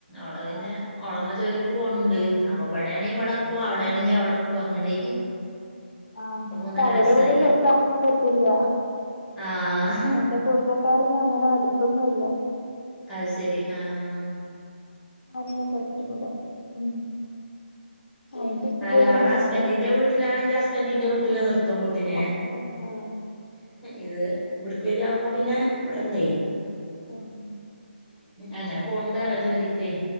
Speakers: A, in the centre; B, on the left (about 60°).
A: ഓളെ പിന്നെ
B: ആ
A: ഓളമ്മ ജോലിക്ക് പോവണ്ട് അപ്പൊ ഇവിടെയാണെങ്ക ഇവിടക്കും അവിടെയാണെങ്കിൽ അവിടെക്കും അങ്ങനെ
B: ആഹ്
A: മൂന്നര
B: അവിടെ
A: വയസ്സായി
B: ഇവിടെ നിർത്താനൊന്നും പറ്റില്ല
A: ആഹ്
B: എന്റെ കുടുംബ ക്കാരൊന്നും അങ്ങനെ അടുത്തൊന്നും ഇല്ല
A: അയ്ശരി ആഹ്
B: ഒന്നും പറ്റൂല ഉം അയിന്റെ ചെറിയൊരു
A: അല്ല അവിടെ
B: ബുദ്ധിമുട്ടുണ്ട്
A: ഹസ്ബൻറിന്റെ വീട്ട വീട്ടിലാണെങ്കിൽ ഹസ്ബൻഡിന്റെ വീട്ടില് നിർത്തും കുട്ടിനെ
B: ഹസ്ബൻഡ് ആഹ്
A: ഇത് ഇവിടക്ക വരി ആവുമ്പോ പിന്നെ ഇവിടന്നേ
B: ആഹ്
A: അങ്ങനെ പോണ്ട് പറ ജോലിക്കെ.